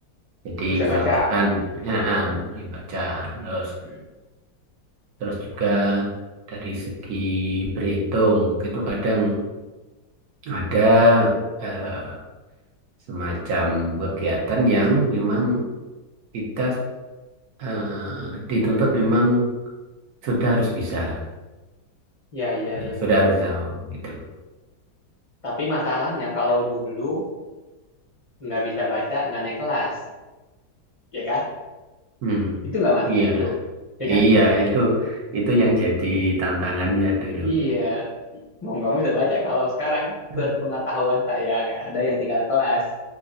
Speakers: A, on the right (about 65°); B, on the left (about 45°).
A: Jadi
B: Untuk bisa
A: misalkan
B: baca.
A: ya, ah, mulai baca terus
B: Mm.
A: terus juga dari segi berhitung itu kadang ada eh, semacam kegiatan yang memang kita eh, dituntut memang sudah harus bisa,
B: Ya ya
A: eh,
B: ya.
A: sudah harus tahu gitu.
B: Tapi masalahnya kalau dulu nggak bisa baca nggak naik kelas, ya kan?
A: Hmm,
B: Itu nggak Mas
A: iya.
B: dulu, ya
A: Iya,
B: kan?
A: itu itu yang jadi tantangannya dulu.
B: Iya, mau nggak mau bisa baca. Kalau sekarang
A: Nah,
B: sepengetahuan saya nggak ada yang tinggal kelas.